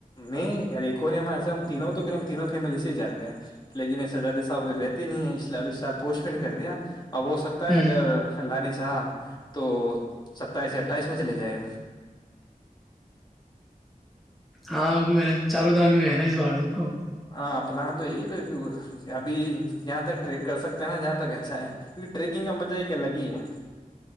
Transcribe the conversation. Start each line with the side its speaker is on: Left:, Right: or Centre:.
Left: میں ایک اور نے ہمار ایسا تینوں تو کر ہم تینوں فیملی سے ہی جاتے ہیں لیکن یہ سزاد صاحب رہتے نہیں ہیں اس لیے اب اس سال پوسٹ پین کر دیا اب ہو سکتا ہے
Centre: ہوں
Left: اگر لانی ہ تو ستائیس سےیا اٹھائیس میں چلے جائ
Centre: ہاں ا محنج چالو تو محن ہی کر ا <inaudible>
Left: ہاں پلان تو یہی ابھی جہاں تک ٹریک کر سکتے ہیں نا جہاں تک اچھا ہے کیونکہ ٹیکنگ کا مزہ ایک کیا لگی ہے <inaudible>